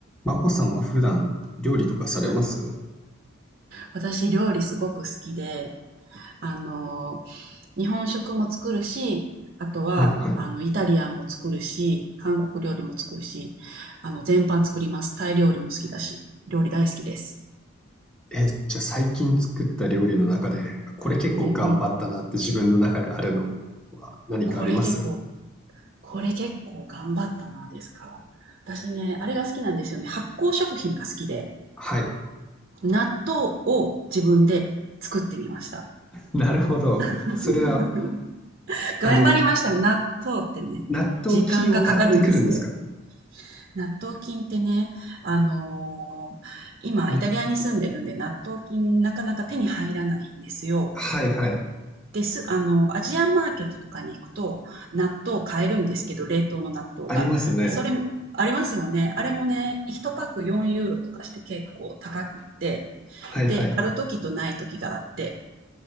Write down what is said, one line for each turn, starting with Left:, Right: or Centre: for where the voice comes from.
Centre: マコさんは普段料理とかされます
Right: <laughs> 私、料理すごく好きで、あの、日本食も作るし、あとは、
Centre: はいはい。
Right: あの、イタリアンも作るし、韓国料理も作るし、あの、全般作ります。タイ料理も好きだし、料理大好きです。
Centre: え、じゃあ最近作った料理の中で、これ結構頑張ったなって自分の中であるのは何かあります
Right: うんうん。これ結構、これ結構頑張ったな、ですか。私ね、あれが好きなんですよね。発酵食品が好きで、
Centre: はい。
Right: 納豆を自分で作ってみました。
Centre: なるほど。
Right: <laughs>
Centre: それは、
Right: 頑張りましたよ。
Centre: あの、
Right: 納豆ってね、
Centre: 納豆菌を買ってくるんですか
Right: 時間がかかるんですよ。納豆菌ってね、あのー今、
Centre: 日本
Right: イタリアに住んでるんで、納豆菌なかなか手に入らないんですよ。
Centre: はいはい。
Right: です、あの、アジアンマーケットとかに行くと、納豆買えるんですけど、冷凍の納豆が。
Centre: ありますね。
Right: で、それも、ありますよね。あれもね、1パック4ユーロとかして結構高くって、
Centre: はいはい。
Right: で、ある時とない時があって、